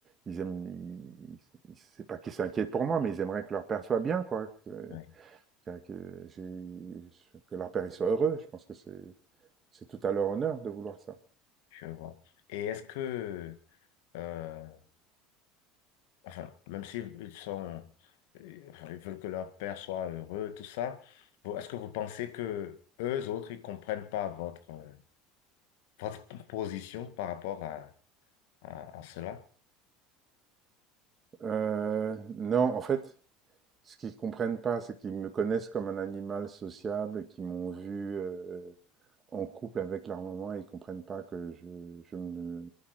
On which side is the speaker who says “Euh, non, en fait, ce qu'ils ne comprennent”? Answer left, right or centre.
Right